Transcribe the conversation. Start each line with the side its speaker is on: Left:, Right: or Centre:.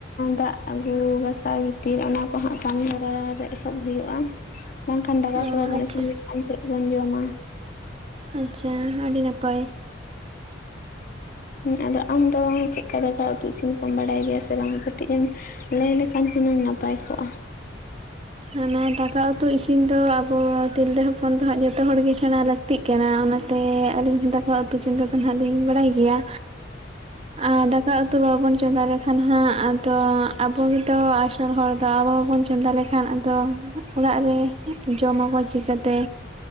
Left: ᱫᱟᱜ ᱟᱹᱜᱩ ᱜᱟᱥᱟᱣ ᱜᱤᱛᱤᱨ ᱚᱱᱟ ᱠᱚᱦᱟᱸᱟᱜ ᱠᱟᱹᱢᱤ ᱦᱚᱨᱟ ᱨᱮ ᱮᱦᱚᱵ ᱦᱩᱭᱩᱜᱼᱟ ᱵᱟᱝᱠᱷᱟᱱ ᱫᱟᱠᱟ
Right: ᱚ
Left: ᱠᱚ ᱵᱟᱵᱚᱱ
Right: ᱟᱪᱪᱷᱟ
Left: ᱤᱥᱤᱱ ᱞᱮᱠᱷᱟᱱ ᱪᱮᱫ ᱵᱚᱱ ᱡᱚᱢᱟ
Right: ᱟᱪᱪᱷᱟ ᱟᱹᱰᱤ ᱱᱟᱯᱟᱭ
Left: ᱸ ᱟᱫᱚ ᱟᱢ ᱫᱚ ᱪᱮᱫᱠᱟ ᱫᱟᱠᱟ ᱩᱛᱩ ᱤᱥᱤᱱ ᱠᱚᱢ ᱵᱟᱲᱟᱭ ᱜᱮᱭᱟ ᱥᱮ ᱵᱟᱝ ᱠᱟᱹᱴᱤᱡ ᱮᱢ ᱞᱟᱹᱭ ᱞᱮᱠᱷᱟᱱ ᱦᱩᱱᱟᱹᱝ ᱱᱟᱯᱟᱭ ᱠᱚᱜᱼᱟ
Right: ᱚᱱᱟ ᱫᱟᱠᱟ ᱩᱛᱩ ᱤᱥᱤᱱ ᱫᱚ ᱟᱵᱚ ᱛᱤᱨᱞᱟᱹ ᱦᱚᱯᱚᱱ ᱫᱚ ᱦᱟᱸᱜ ᱡᱚᱛᱚ ᱦᱚᱲ ᱜᱮ ᱥᱮᱬᱟ ᱞᱟᱹᱠᱛᱤᱜ ᱠᱟᱱᱟ ᱚᱱᱟᱛᱮ ᱟᱹᱞᱤᱧ ᱦᱚ ᱫᱟᱠᱟ ᱩᱛᱩ ᱪᱫᱟ ᱫᱚ ᱟᱸᱜ ᱫᱚᱧ ᱵᱟᱲᱟᱭ ᱜᱮᱭᱟ ᱟᱨ ᱫᱟᱠᱟ ᱩᱛᱩ ᱵᱟᱵᱚᱱ ᱪᱚᱸᱫᱟ ᱞᱮᱠᱷᱟᱱ ᱦᱟᱸᱜ ᱛᱚ ᱟᱵᱚᱜᱮᱛᱚ ᱟᱥᱚᱞ ᱦᱚᱲ ᱫᱚ ᱟᱵᱚ ᱵᱟᱵᱚᱱ ᱪᱚᱸᱫᱟ ᱞᱮᱠᱷᱟᱱ ᱟᱫᱚ ᱚᱲᱟᱜ ᱨᱮ ᱡᱚᱢ ᱟᱵᱚ ᱪᱤᱠᱟᱹᱛᱮ